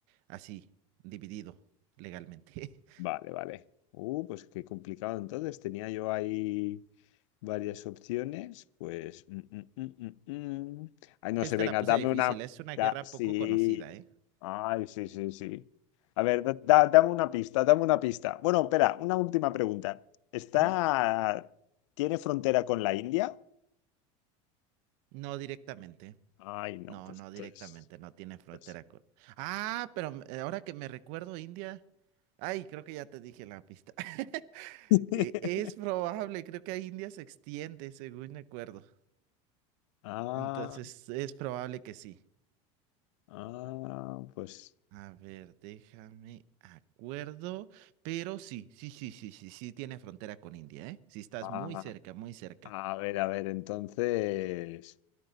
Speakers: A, on the right; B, on the left.
A: así dividido legalmente. <laughs>
B: Vale, vale. Uh, pues qué complicado entonces. Tenía yo ahí varias opciones. Pues. mm, mm, mm, mm, mm. Ay, no
A: Es que
B: sé,
A: esta
B: venga,
A: la puse
B: dame
A: difícil,
B: una.
A: es una
B: da-
A: guerra
B: sí.
A: poco conocida, ¿eh?
B: Ay, sí, sí, sí. A ver, da- da- dame una pista, dame una pista. Bueno, espera, una última pregunta. ¿Está.
A: Ajá.
B: ¿Tiene frontera con la India?
A: No directamente,
B: Ay, no,
A: no,
B: pues
A: no
B: entonces.
A: directamente, no tiene frontera
B: Pues.
A: con... Ah, pero m- eh, ahora que me recuerdo, India... Ay, creo que ya te dije la pista. <laughs>
B: <laughs>
A: E- Es probable, creo que a India se extiende, según me acuerdo.
B: Ah,
A: Entonces es probable que sí.
B: ah, pues.
A: A ver, déjame acuerdo, pero sí, sí, sí, sí, sí, sí tiene frontera con India, ¿eh? Sí estás
B: ah,
A: muy cerca, muy cerca.
B: a ver, a ver, entonces.